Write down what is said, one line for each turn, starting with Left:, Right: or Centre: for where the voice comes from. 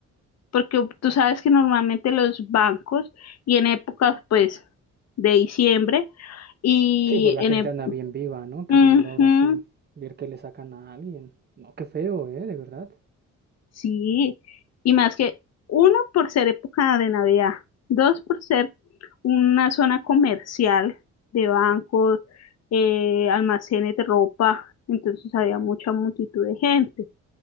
Left: porque tú sabes que normalmente los bancos y en épocas pues de diciembre y
Right: Sí, pues la
Left: en,
Right: gente
Left: ep-
Right: anda bien viva, ¿no? Queriendo
Left: ujú,
Right: ahora sí ver que le sacan a alguien. No, qué feo, ¿eh? De verdad.
Left: Sí, y más que uno por ser época de Navidad, dos por ser una zona comercial de bancos, eh, almacenes de ropa, entonces había mucha multitud de gente.